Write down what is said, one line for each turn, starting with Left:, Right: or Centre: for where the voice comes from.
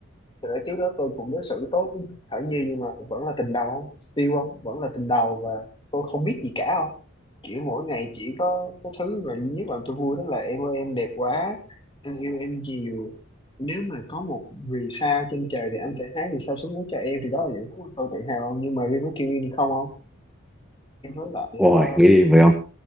Left: Thì đó trước đó tôi cũng đối xử tốt với Thảo Nhi nhưng mà vẫn là tình đầu không? Still không? Vẫn là tình đầu và tôi không biết gì cả không? Kiểu mỗi ngày chỉ có cái thứ mà duy nhất làm tôi vui đó là em ơi em đẹp quá, anh yêu em nhiều. Nếu mà có một vì sao trên trời thì anh sẽ hái vì sao xuống lấy cho em thì đó là những thứ mà tôi tự hào không? Nhưng mà riêng với Kiwi thì không không? Riêng với lại
Centre: ôi
Left: ờ,
Centre: nghĩ đi vậy không